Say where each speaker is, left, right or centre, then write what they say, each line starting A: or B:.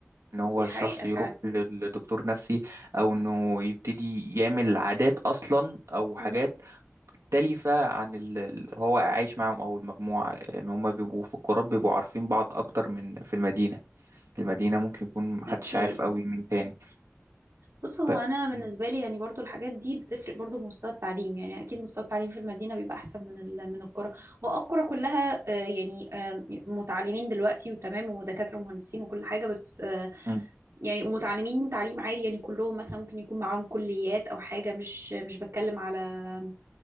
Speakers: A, on the right (about 85°); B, on the right (about 70°).
A: إن هو
B: دي
A: الشخص
B: حقيقة فعلا
A: يروح لل- لدكتور نفسي أو إنه يبتدي يعمل عادات أصلا أو حاجات
B: مم.
A: مختلفة عن اللي هو عايش معاهم أو المجموعة إن هما بيبقوا في القرى بيبقوا عارفين بعض أكتر من في المدينة في المدينة ممكن يكون محدش
B: أكيد
A: عارف أوي مين تاني
B: بص هو
A: ف
B: أنا بالنسبة
A: م-
B: لي يعني برضو الحاجات دي بتفرق برضو بمستوى التعليم يعني أكيد مستوى التعليم في المدينة بيبقى أحسن من ال- من القرى والقرى كلها آه، يعني آه، متعلمين دلوقتي وتمام ودكاترة ومهندسين وكل حاجة بس آه،
A: م-
B: يعني ومتعلمين تعليم عالي يعني كلهم مثلا ممكن يكون معاهم كليات أو حاجة مش مش بتكلم على